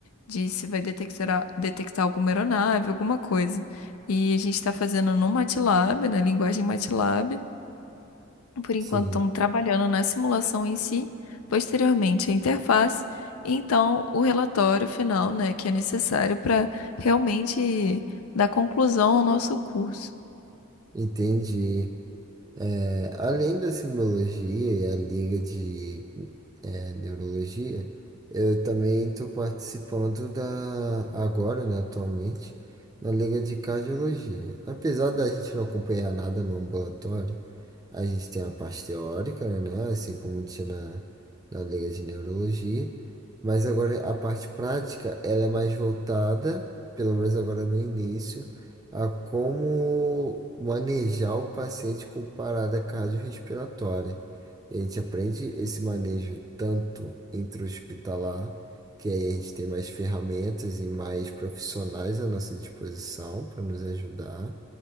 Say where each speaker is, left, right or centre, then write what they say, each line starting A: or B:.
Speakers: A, on the left; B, on the right.
A: De se vai detectar, detectar alguma aeronave, alguma coisa. E a gente está fazendo no MATLAB, na linguagem MATLAB. Por enquanto,
B: Sim,
A: estamos trabalhando na simulação em si, posteriormente a interface, e então o relatório final, né, que é necessário para realmente dar conclusão ao nosso curso.
B: entendi. É, além da semiologia e a liga de é, neurologia, eu também estou participando da agora, né, atualmente, na liga de cardiologia. Apesar da gente não acompanhar nada no ambulatório, a gente tem a parte teórica, né, assim como tinha na, na liga de neurologia, mas agora a parte prática, ela é mais voltada, pelo menos agora no início a como manejar o paciente com parada cardiorrespiratória. E a gente aprende esse manejo tanto intra-hospitalar, que aí a gente tem mais ferramentas e mais profissionais à nossa disposição para nos ajudar.